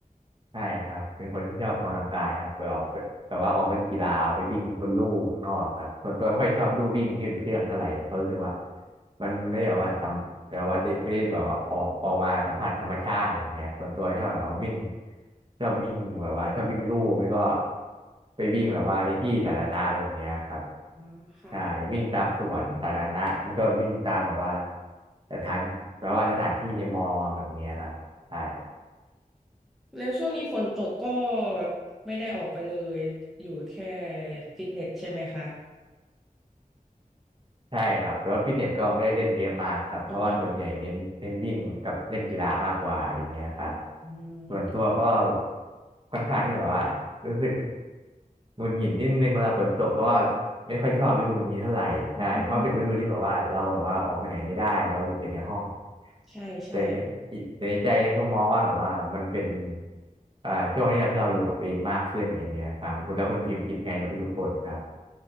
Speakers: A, on the right; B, in the centre.
A: ใช่ครับเป็นคนที่ชอบออกกำลังกายครับไปออกไปแบบว่าออกเล่นกีฬาออกไปวิ่งบนลู่ข้างนอกครับส่วนตัวไม่ค่อยชอบลู่วิ่งที่เป็นเครื่องเท่าไหร่เพราะรู้สึกว่ามันไม่ได้แบบว่าสัมแบบว่าได้ไม่ได้แบบว่าออกออกมาสัมผัสธรรมชาติแบบเนี้ยส่วนตัวชอบแบบว่าวิ่งชอบวิ่งแบบว่าชอบวิ่งลู่ไม่ก็ไปวิ่งแบบว่าในที่สาธารณะอะไรแบบเนี้ยครับ
B: อ่าค่ะ
A: ใช่วิ่งตามสวนสาธารณะแล้วก็วิ่งตามแบบว่าสถานแบบว่าสถานที่ในมอแบบเนี้ยครับใช่
B: แล้วช่วงนี้ฝนตกก็ไม่ได้ออกไปเลยอยู่แค่ฟิตเนสใช่ไหมคะ
A: ใช่ครับแต่ว่าฟิตเนสก็ไม่ได้เล่นเยอะมากครับเพราะว่าส่วนใหญ่เน้นเน้นวิ่งกับเล่นกีฬามากกว่าอะไรเงี้ยครับ
B: อืม
A: ส่วนตัวก็ค่อนข้างที่แบบว่ารู้สึกหงุดหงิดนิดนึงเวลาฝนตกเพราะว่าไม่ค่อยชอบฤดูนี้เท่าไหร่ใช่เพราะเป็นฤดูที่แบบว่าเราแบบว่าออกไปไหนไม่ได้เราอยู่แต่ในห้อง
B: อืมใช่ใช่
A: แต่ในแต่ในใจเนี่ยก็มองว่าแบบว่ามันเป็นอ่าช่วงที่ทำให้เราอยู่กับตัวเองมากขึ้นอย่างเงี้ยครับคุณแล้วคุณพิมพ์คิดไงกับฤดูฝนครับ